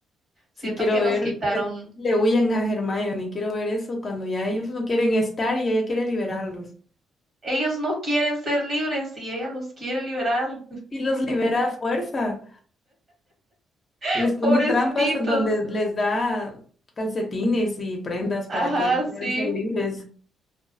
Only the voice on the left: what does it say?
Sí, quiero
ver
que le huyen a Hermione, quiero ver eso cuando ya ellos no quieren estar y ella quiere liberarlos.
Y los libera a fuerza.
Les pone
trampas en donde les da calcetines y prendas para
que ellos puedan
ser libres.